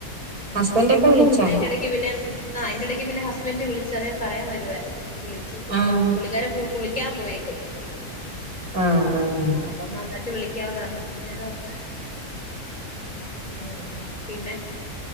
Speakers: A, on the right (about 75°); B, on the left (about 30°).
A: ഹസ്ബൻഡ്
B: ആഹ്‌
A: ഒക്കെ വിളിച്ചാ
B: അതിന്റെ എടക്ക് പിന്നെ ആ അയിന്റെ എടക്ക് പിന്നെ ഹസ്ബന്റ് വിളിച്ച് അത് ഞാൻ പറയാൻ വരു രുവാരുന്നു വിളിച്ചു
A: ആഹ്
B: പുള്ളിക്കാരൻ <unintelligible> കുളിക്കാൻ പോയേക്കുന്നു
A: ആഹ് ആഹ്
B: ആ അപ്പം വന്നിട്ട് വിളിക്ക ക്കാന് പറഞ്ഞപ്പോ ഞാൻ ഓർത്ത് ഉം പിന്നെ